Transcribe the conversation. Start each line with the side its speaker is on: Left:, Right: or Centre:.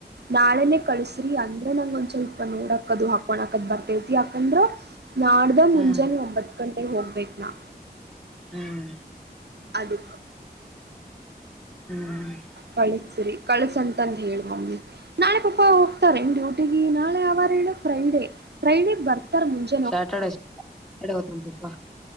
Right: ನಾಳೆನೆೇ ಕಳಸ್ರಿ ಅಂದ್ರ ನಂಗ ಒಂದ ಸ್ವಲ್ಪ ನೋಡಕದು ಹಾಕೊಣಾಕ ಅದ ಬರ್ತತಿ ಯಾಕಂದ್ರ. ನಾಡ್ದ
Centre: ಹ್ಮ್
Right: ಮುಂಜನೆ
Centre: ಹ್ಮ್
Right: ಒಂಬತ್ತ ಗಂಟೆಗೆ ಹೋಗ್ಬೇಕ ನಾ.
Centre: ಹ್ಮ್.
Right: ಅದಕ.
Centre: ಹ್ಮ್.
Right: ಕಳಿಸ್ರಿ ಕಳಸಂತಂದ ಹೇಳ ಮಮ್ಮಿಗೆ. ನಾಳೆ ಪಪ್ಪಾ ಹೋಗ್ತಾರ ಎನ್ ಡ್ಯೂಟಿಗೆ ನಾಳೆ ಯಾವಾರ ಹೇಳ ಫ್ರೈಡೇ ಫ್ರೈಡೇ ಬರ್ತಾರ ಮುಂಜ.
Centre: ಸ್ಯಾಟರ್ಡೇ. <unintelligible>